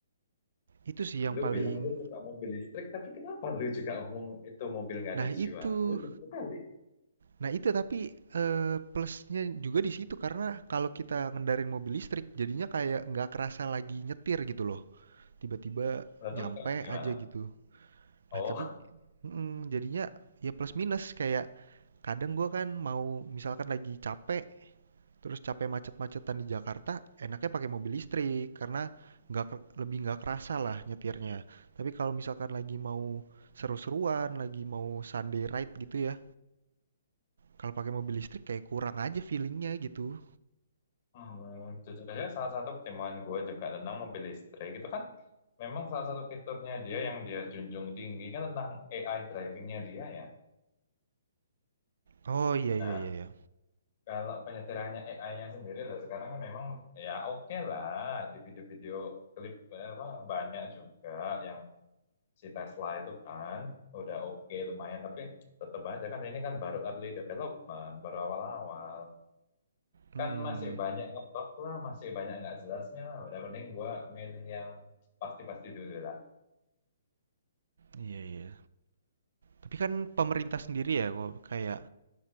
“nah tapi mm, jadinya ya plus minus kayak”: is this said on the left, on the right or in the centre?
Right